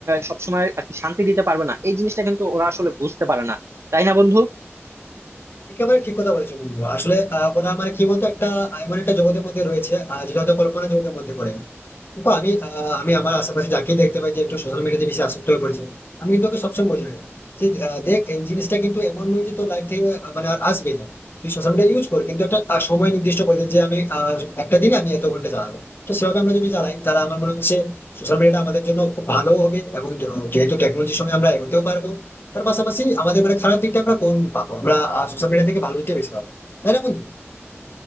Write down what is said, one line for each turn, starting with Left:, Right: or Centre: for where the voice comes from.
Right: সবসময় আর কি শান্তি দিতে পারবে না এই জিনিসটা কিন্তু ওরা আসলে বুঝতে পারে না তাই না বন্ধু
Left: একেবারে ঠিক কথা বলেছো বন্ধু আসলে আহ, ওরা মানে কি বলতো একটা এমন একটা জগতের মধ্যে রয়েছে আহ, যেটা হয়তো কল্পনা জগতের মধ্যে পড়ে দেখো আমি আহ, আমি আমার আশেপাশে যাকেই দেখতে পাই যে একটু সোশ্যাল মিডিয়াতে বেশি আসক্ত হয়ে পড়েছে আমি কিন্তু ওকে সবসময় বোঝাই যে আহ, দেখ এই জিনিসটা কিন্তু এমন নয় যে তোর লাইফ থেকে আহ, মানে আর আসবে না তুই সোশ্যাল মিডিয়া ইউজ কর কিন্তু একটা আহ, সময় নির্দিষ্ট করে দে যে আমি আহ, একটা দিন আমি এত ঘন্টা চালাবো তো সেভাবে আমরা যদি চালাই তাহলে আমার মনে হচ্ছে সোশ্যাল মিডিয়াটা আমাদের জন্য খুব ভালো হবে এবং যেহেতু টেকনোলজির সঙ্গে আমরা এগোতেও পারবো তার পাশাপাশি আমাদের মানে খারাপ দিকটা আমরা কোন পাবো আমরা সোশ্যাল মিডিয়া থেকে ভালো দিকটা বেশি পাবো তাই না বন্ধু